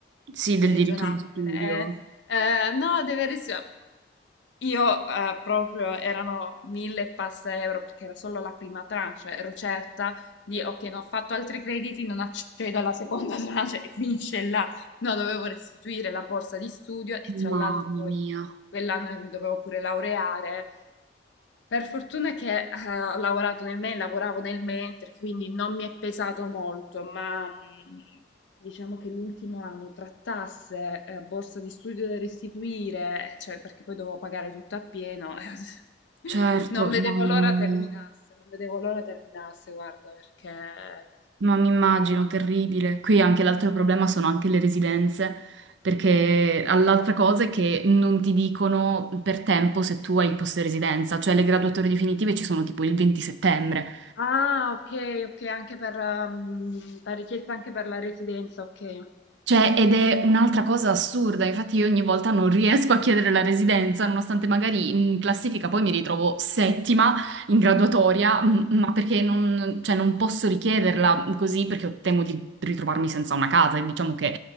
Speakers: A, on the right; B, on the left.
A: Sì, del
B: regionale.
A: diritto allo studio.
B: quella- eh, eh, no, deve ricevere. Io eh, proprio erano mille e passa euro perché era solo la prima tranche, cioè ero certa di ok, non ho fatto altri crediti, non accedo alla seconda <laughs> tranche e finisce là. No, dovevo restituire la borsa di studio e tra
A: Mamma
B: l'altro poi
A: mia.
B: quell'anno mi dovevo pure laureare per fortuna che eh, ho lavorato nel mentre, lavoravo nel mentre, quindi non mi è pesato molto, ma mh, diciamo che l'ultimo anno tra tasse, eh, borsa di studio da restituire, eh, cioè perché poi dovevo pagare tutto a pieno, <laughs>
A: Certo,
B: non vedevo
A: mamma
B: l'ora
A: mia.
B: terminasse, non vedevo l'ora terminasse, guarda, perché...
A: Ma mi immagino, terribile. Qui anche l'altro problema sono anche le residenze, perché l'altra cosa è che non ti dicono per tempo se tu hai il posto di residenza, cioè le graduatorie definitive ci sono tipo il 20 settembre.
B: Ah, ok, ok, anche per, ehm, la richiesta anche per la residenza, ok.
A: Cioè, ed è un'altra cosa assurda, infatti io ogni volta non riesco a chiedere la residenza, nonostante magari in classifica poi mi ritrovo settima in graduatoria, m- ma perché non, cioè, non posso richiederla così perché ho- temo di ritrovarmi senza una casa e diciamo che